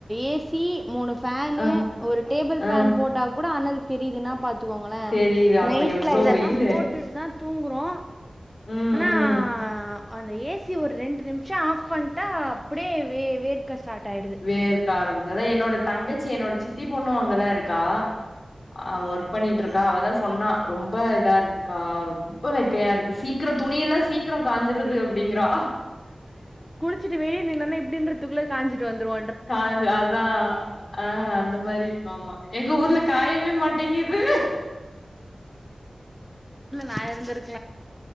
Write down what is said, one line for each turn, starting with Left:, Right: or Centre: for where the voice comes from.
Centre: ஏசி மூணு ஃபேனு
Left: ஆ
Centre: ஒரு டேபிள் ஃபேன்
Left: ஆ
Centre: போட்டா கூட அனல் தெரியுதுன்னா பாத்துக்கோங்களே
Left: தெரியுது அப்ப
Centre: நைட்ல
Left: எவ்ளோ
Centre: இதெல்லா
Left: வெயிலு
Centre: போட்டுட்டு தா தூங்குறோ
Left: ம்
Centre: ஆனா
Left: ம்
Centre: அந்த ஏ சி ஒரு ரெண்டு நிமி சுட்ச்ச ஆஃப் பண்ட்டா அப்டியே வே வேர்க் க சாட்டாயிடுது
Left: வேர்க்க ஆரம்பிச்ச அதா என்னோட தங்கச்சி என்னோட சித்தி பொண்ணோ அங்கதா இருக்கா ஆ ஒர்க் பண்ணிட்டு இருக்கா அவதா சொன்னா ரொம்போ இதா இருக்குக்கா ரொம்போ வெக்கையா இருக்கு சீக்கிரோ துணியெல்லா சீக்கிரோ காஞ்சுருது அப்படீங்கறா
Centre: ச்ட்டு வெயிலு இல்லனா இப்டீன்றதுக்குள்ள காஞ்சிட்டு வந்துருவோ
Left: காஞ்ச அதா ஆ அந்த மாரி இருக்கோ ஆம்மா எங்க ஊர்ல காயவே மாட் டேங்குது
Centre: சாய்ந்துருத்